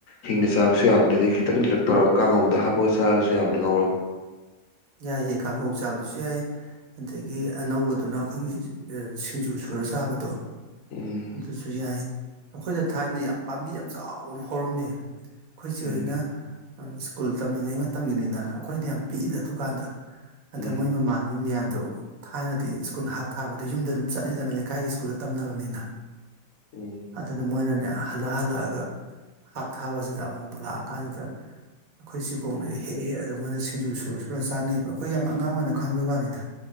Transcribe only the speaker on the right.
ꯌꯥꯏꯑꯦ ꯀꯥꯡꯉꯧ ꯆꯥꯕꯁꯨ ꯌꯥꯏ ꯑꯗꯒꯤ ꯑꯅꯧꯕꯗꯨꯅ ꯑꯩꯈꯣꯏꯒꯤ ꯑ ꯁꯤꯡꯖꯨ ꯁꯨꯔ ꯆꯥꯕꯗꯣ
ꯑꯗꯨꯁꯨ ꯌꯥꯏ ꯑꯩꯈꯣꯏꯗ ꯊꯥꯏꯅ ꯌꯥꯝ ꯄꯥꯝꯕꯤ ꯌꯥꯝ ꯆꯥꯎꯕ ꯑꯃ ꯍꯧꯔꯝꯃꯦ ꯑꯩꯈꯣꯏꯆꯦ
ꯍꯣꯏꯅ ꯑ ꯁ꯭ꯀꯨꯜ ꯇꯝꯂꯤꯉꯩ ꯃꯇꯝꯒꯤꯅꯤꯗ ꯑꯩꯈꯣꯏꯗꯤ ꯌꯥꯝ ꯄꯤꯛꯏꯗ ꯑꯗꯨ ꯨꯀꯥꯟꯗ ꯑꯗ
ꯃꯣꯏ ꯃꯃꯥꯟꯅꯕꯤ ꯃꯌꯥꯝꯗꯣ ꯊꯥꯏꯅꯗꯤ ꯁ꯭ꯀꯨꯜ ꯍꯥꯞ ꯊꯥꯕꯗ ꯌꯨꯝꯗ ꯑꯗꯨꯝ ꯆꯠꯅꯩꯗꯅ ꯂꯩꯀꯥꯏꯒꯤ ꯁ꯭ꯀꯨꯜꯗ ꯇꯝꯅꯕꯅꯤꯅ
ꯑꯗꯨꯅ ꯃꯣꯏꯅꯅꯦ ꯍꯜꯂꯛ ꯍꯜꯂꯛꯑꯒ ꯍꯥꯞ ꯊꯥꯕꯁꯤꯗ ꯑꯃꯨꯛ ꯃꯨꯛ ꯂꯥꯛꯑ ꯀꯥꯟꯁꯤꯗ ꯑꯩꯈꯣꯏ ꯁꯤꯒꯣꯡꯂꯩ ꯍꯦꯛ ꯍꯦꯛꯑꯒ ꯃꯣꯏꯅ ꯁꯤꯡꯖꯨ ꯁꯨꯔ ꯔꯥ ꯆꯥꯅꯩꯕ ꯑꯩꯈꯣꯏ ꯌꯥꯝ ꯑꯉꯥꯡ ꯑꯣꯏꯅ ꯈꯪꯕꯩ ꯋꯥꯅꯤꯗ